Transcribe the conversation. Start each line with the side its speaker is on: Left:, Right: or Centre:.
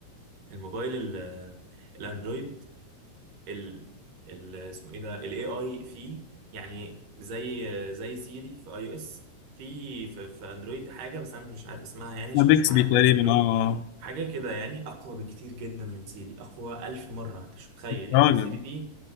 Right: الموبايل ال- الاندرويد ال ال اسمه ايه ده الاي اي فيه يعني زي زي سيري في اي او اس في في في اندرويد حاجه بس انا مش عارف اسمها يعني عشان
Left: اه بيكسبي
Right: مش معايا موبايل
Left: تقريبا
Right: اندرويد
Left: اه اه
Right: حاجه كده يعني اقوى بكتير جدا من سيري اقوى ألف مره انت مش متخيل
Left: راجل
Right: يعني سيري دي